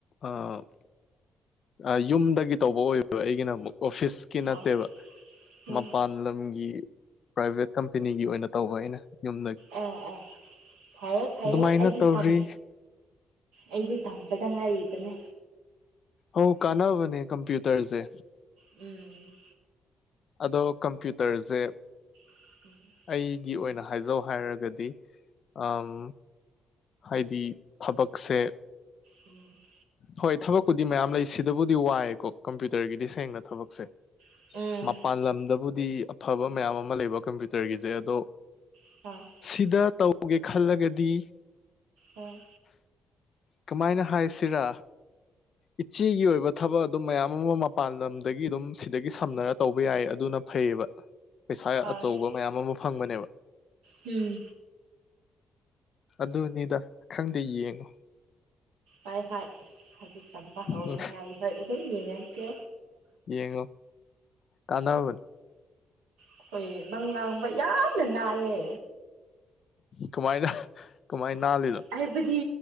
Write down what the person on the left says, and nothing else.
ꯑꯥ ꯌꯨꯝꯗꯒꯤ ꯇꯧꯕ ꯑꯣꯏꯕ ꯑꯩꯒꯤꯅ ꯑꯃꯨꯛ ꯑꯣꯐꯤꯁꯀꯤ ꯅꯠꯇꯦꯕ
ꯃꯄꯥꯟ ꯂꯝꯒꯤ ꯄ꯭ꯔꯥꯏꯚꯦꯠ ꯀꯝꯄꯦꯅꯤꯒꯤ ꯑꯣꯏꯅ ꯇꯧꯕ ꯑꯩꯅ꯫ ꯌꯨꯝꯗꯒꯤ
ꯑꯗꯨꯃꯥꯏꯅ
ꯇꯧꯔꯤ
ꯑꯣ ꯀꯥꯟꯅꯕꯅꯦ ꯀꯝꯄ꯭ꯌꯨꯇꯔꯁꯦ꯫
ꯑꯗꯣ ꯀꯝꯄ꯭ꯌꯨꯇꯔꯁꯦ꯫
ꯑꯩꯒꯤ ꯑꯣꯏꯅ ꯍꯥꯏꯖꯧ ꯍꯥꯏꯔꯒꯗꯤ ꯑꯝ ꯍꯥꯏꯗꯤ ꯊꯕꯛꯁꯦ
ꯍꯣꯏ ꯊꯕꯛꯄꯨꯗꯤ ꯃꯌꯥꯝ ꯂꯩ ꯁꯤꯗꯕꯨꯗꯤ ꯋꯥꯏꯑꯦꯀꯣ ꯀꯝꯄ꯭ꯌꯨꯇꯔꯒꯤꯗꯤ ꯁꯦꯡꯅ ꯊꯕꯛꯁꯦ
ꯃꯄꯥꯟ ꯂꯝꯗꯕꯨꯗꯤ꯫ ꯐꯕ ꯃꯌꯥꯝ ꯑꯃ ꯂꯩꯕ ꯀꯝꯄ꯭ꯌꯨꯇꯔꯒꯤꯁꯦ ꯑꯗꯣ꯫
ꯁꯤꯗ ꯇꯧꯒꯦ ꯈꯜꯂꯒꯗꯤ꯫
ꯀꯃꯥꯏꯅ ꯍꯥꯏꯁꯤꯔꯥ꯫ ꯏꯆꯦꯒꯤ ꯑꯣꯏꯕ ꯊꯕꯛ ꯑꯗꯨꯝ ꯃꯌꯥꯝ ꯑꯃ ꯃꯄꯥꯟ ꯂꯝꯗꯒꯤ ꯑꯗꯨꯝ ꯁꯤꯗꯒꯤ ꯁꯝꯅꯔ꯫ ꯇꯧꯕ ꯌꯥꯏ ꯑꯗꯨꯅ ꯐꯩꯌꯦꯕ꯫ ꯄꯩꯁꯥ
ꯑꯆꯧꯕ ꯃꯌꯥꯝ ꯑꯃ ꯐꯪꯕꯅꯦꯕ꯫
ꯑꯗꯨꯅꯤꯗ ꯈꯪꯗꯦ ꯌꯦꯡꯉꯣ
ꯎꯝ
ꯌꯦꯡꯉꯣ ꯀꯥꯟꯅꯕꯅꯦ
ꯀꯃꯥꯏꯅ ꯀꯃꯥꯏ ꯅꯥꯜꯂꯤꯅꯣ